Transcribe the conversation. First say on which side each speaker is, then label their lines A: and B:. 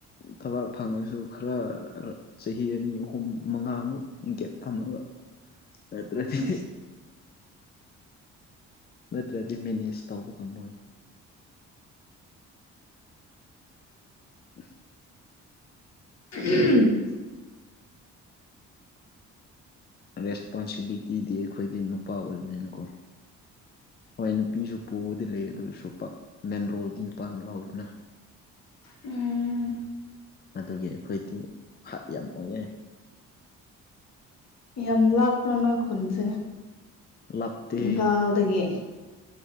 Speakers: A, on the left (about 35°); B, on the left (about 60°).
A: ꯊꯕꯥꯛ ꯐꯪꯉꯁꯨ ꯈꯔ ꯆꯍꯤ ꯑꯅꯤ ꯑꯍꯨꯝ ꯃꯉꯥꯃꯨꯛ ꯒꯦꯞ ꯊꯝꯃꯒ ꯑꯠꯇ꯭ꯔꯗꯤ
B: ꯎꯝ
A: ꯅꯠꯇ꯭ꯔꯗꯤ ꯃꯦꯅꯦꯖ ꯇꯧꯕ ꯉꯝꯃꯣꯏ ꯎ
B: ꯎꯝ
A: ꯔꯦꯁꯄꯣꯟꯁꯤꯕꯤꯂꯤꯇꯤꯗꯤ ꯑꯩꯈꯣꯏꯗꯤ ꯅꯨꯄꯥ ꯑꯣꯏꯕꯅꯤꯅꯀꯣ ꯍꯣꯏ ꯅꯨꯄꯤꯁꯨ ꯄꯨꯕꯗꯤ ꯂꯩ ꯑꯗꯨꯁꯨ ꯃꯦꯟ ꯔꯣꯜꯗꯤ ꯅꯨꯄꯥꯅ ꯂꯥꯎꯏꯤꯗꯅ <inaudible>
B: ꯎꯝ
A: ꯑꯗꯨꯒꯤ ꯑꯩꯈꯣꯏꯗꯤ ꯍꯥꯠ ꯌꯥꯝ ꯑꯣꯏꯑ
B: ꯌꯥꯝ ꯂꯥꯞꯄ꯭ꯔꯣ ꯅꯣꯏ ꯈꯨꯟꯁꯦ
A: ꯂꯥꯞꯇꯦ
B: ꯏꯝꯐꯥꯜꯗꯒꯤ